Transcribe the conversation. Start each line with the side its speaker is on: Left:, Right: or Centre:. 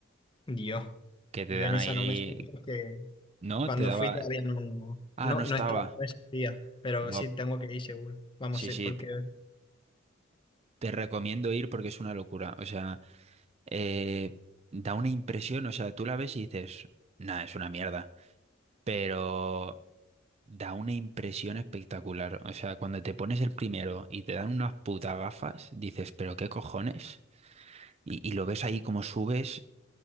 Left: Dios,
Right: que te
Left: yo
Right: dan
Left: en
Right: ahí,
Left: esa no me subí porque
Right: ¿no?
Left: cuando
Right: Te daba...
Left: fui todavía no,
Right: Ah,
Left: no,
Right: no estaba.
Left: no estaba, no existía, pero
Right: Buah,
Left: sí tengo que ir seguro. Vamos,
Right: Sí,
Left: sí,
Right: sí,
Left: porque
Right: Te recomiendo ir porque es una locura. O sea, eh, da una impresión, o sea, tú la ves y dices, nada, es una mierda. Pero da una impresión espectacular. O sea, cuando te pones el primero y te dan unas putas gafas, dices, pero qué cojones. Y, y lo ves ahí como subes.